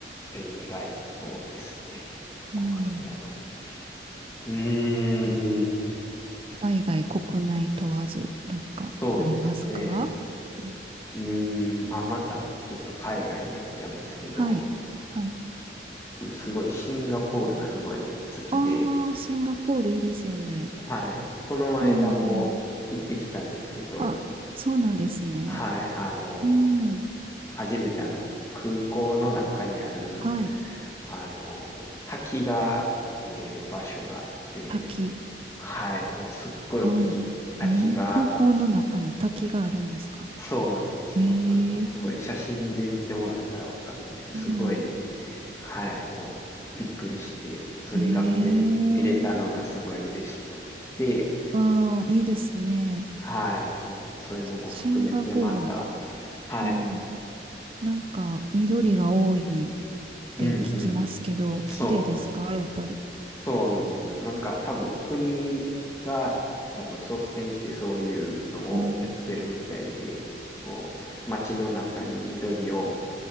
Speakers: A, on the left; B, on the right.
A: れ以外、そうですね。どこがいいやろ
B: うん。
A: う。うーん、
B: 海外、国内問わず、どっかありますかうん
A: そうですね。うーん、あ、また、ちょっと海外になっちゃうんですけど、
B: はい。はい。
A: 僕すごいシンガポールがすごい好きで、
B: ああ、シンガポールいいですよね。
A: はい。この間も行ってきたんですけど、
B: うん。あ、そうなんですね。
A: はい。あの、
B: うん。
A: 初めてあの、空港の中にある、
B: はい。
A: あの、滝が見れる場所があって、
B: 滝。
A: はい。もうすっごい大きい滝が、
B: はい。えー、空港の中に滝があるんですか
A: そうなんですよ。
B: えー、
A: なんかすごい写真で見てもらったらわかるんですけど、
B: うん。
A: すごいはい、もうびっくりして、それが見れ、
B: えー、
A: 見れたのがすごい嬉しくって、
B: わあ、いいですね。
A: はい、そう、そういうのも含めてまた、
B: シンガポールは。
A: はい、
B: うん。なんか、緑が多いって聞きますけど、
A: うんうん、そう、
B: 綺麗ですかやっぱり。
A: そうなんですよ。なんか多分国が多分率先してそういうのをやってるみたいで、
B: うん。
A: こう、街の中に緑を